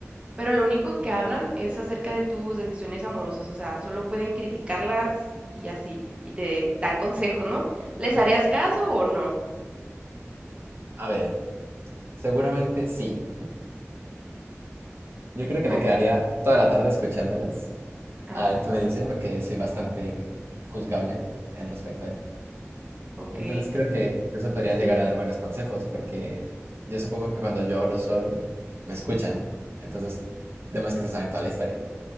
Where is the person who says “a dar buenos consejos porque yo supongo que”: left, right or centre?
Right